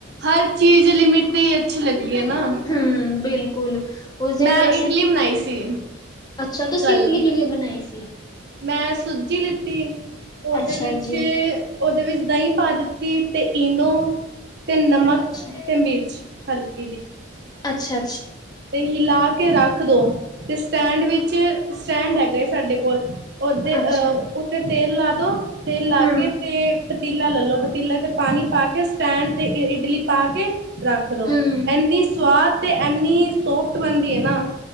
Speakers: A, on the right; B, on the left.
A: ਹਰ ਚੀਜ਼ ਲਿਮਿਟ ਤੇ ਹੀ ਅੱਛੀ ਲੱਗਦੀ ਹੈ ਨਾ
B: ਹੂੰ ਬਿਲਕੁਲ ਉਸ ਦਿਨ
A: ਮੈਂ
B: ਫੇਰ ਅਸੀਂ
A: ਇਡਲੀ ਬਣਾਈ ਸੀ
B: ਅੱਛਾ ਤੁਸੀਂ
A: ਕੱਲ
B: ਇਡਲੀ ਕਿਵੇਂ ਬਣਾਈ ਸੀ
A: ਮੈਂ ਸੂਜੀ ਲਿੱਤੀ ਉਹਦੇ
B: ਅੱਛਾ
A: ਵਿੱਚ
B: ਜੀ
A: ਉਹਦੇ ਵਿੱਚ ਦਹੀਂ ਪਾ ਦਿੱਤੀ ਅਤੇ ਇਨੂੰ ਤੇ ਨਮਕ
B: ਅੱਛਾ,
A: ਅਤੇ ਮਿਰਚ ਹਲ <unintelligible>
B: ਅੱਛਾ,
A: ਤੇ ਹਿਲਾ ਕੇ ਰੱਖ ਦੋ ਤੇ ਸਟੈਂਡ ਵਿੱਚ ਸਟੈਂਡ ਹੈਗਾ ਸਾਡੇ ਕੋਲ ਉਹਦੇ
B: ਅੱਛਾ,
A: ਅਹ ਉੱਥੇ ਤੇਲ ਲਾਦੋ ਤੇਲ ਲਾ
B: ਹੂੰ,
A: ਕੇ ਤੇ ਪਤੀਲਾ ਲੈਲੋ ਪਤੀਲੇ ਤੇ ਪਾਣੀ ਪਾ ਕੇ ਸਟੈਂਡ ਤੇ ਇਟਲੀ ਪਾ ਕੇ ਰੱਖਦੋ
B: ਹੂੰ,
A: ਇੰਨੀ ਸਵਾਦ ਅਤੇ ਇੰਨੀ ਸੋਫਟ ਬਣਦੀ ਹੈ ਨਾ